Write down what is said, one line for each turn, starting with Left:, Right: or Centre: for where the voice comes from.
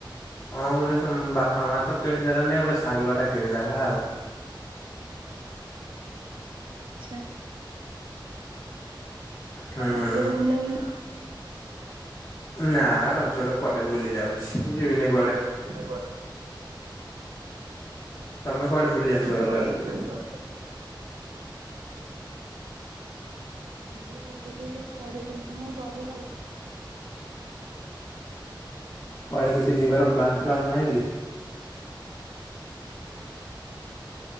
Left: ହଁ ଗୋଟେ ଡ୍ରେସ୍ ବାପା ମା ତ କିଣିଦେଲାନି ଗୋଟେ ସାଙ୍ଗ ଟା କିଣିଦେଲା ଆଉ।
Right: ଆଚ୍ଛା।
Left: ହୁଁ।
Right: ଆଉ ରଜରେ ବୁଲାବୁଲି
Left: ନା ରଜରେ କୁଆଡେ ବୁଲି ଯାଉଛି ଯିବିନି କୁଆଡେ।
Right: ଯିଵିନି କୁଆଡେ
Left: ତମେ କୁଆଡେ ବୁଲି ଯାଉଛ
Right: ତମେ
Left: ରଜରେ?
Right: କୁଆଡେ ବୁଲିବାକୁ <unintelligible> ମୁ ରଜରେ କୁଆଡେ ସେମିତି ନାଇଁ ଘରେ ଆଉ।
Left: କୁଆଡେ କିଛି ଯିବାର ପ୍ଲାନ୍ ଫ୍ଲାନ୍ ନାହିଁ କି?